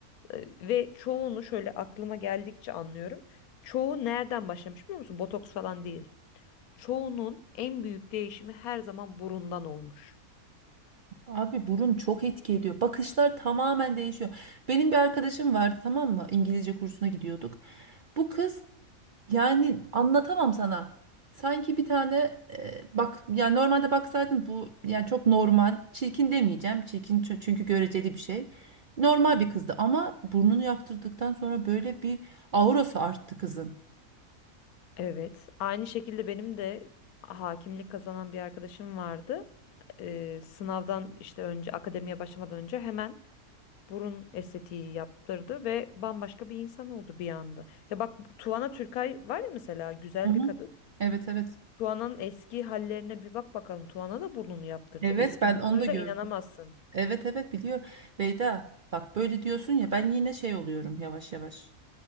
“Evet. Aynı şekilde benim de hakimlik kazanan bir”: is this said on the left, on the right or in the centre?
Left